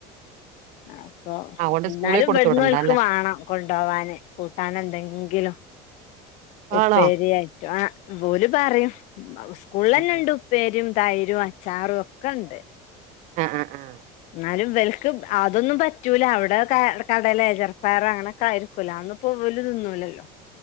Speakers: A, on the left; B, on the right.
A: അപ്പൊ
B: അതുകൊണ്ട്
A: ഇന്നാലും
B: സ്കൂളിൽ കൊടുത്തു
A: ഇവ്ട്ന്നോൽക്ക്
B: വിടണ്ട അല്ലേ
A: മാണം. കൊണ്ടോവാന് കൂട്ടാനെന്തെങ്കിലും ഉപ്പേരിയായി
B: ആണോ
A: ട്ടൊ ഓല് പറിം സ്കൂളിൽലെന്നെണ്ട്
B: ആഹ്
A: ഉ പ്പേരിം തൈരും അച്ചാറും ഒക്കെണ്ട്.
B: ആഹ് ആഹ് ആഹ്.
A: എന്നാലും ഇവൽക്ക് അതൊന്നും പറ്റൂല അവ്ടെ കെ കടലെ ചെർപയറോ അങ്ങനൊക്കെ ആയിരി ക്കു അല്ലോ അതൊന്ന്പൊ ഓല് തിന്നൂലല്ലോ.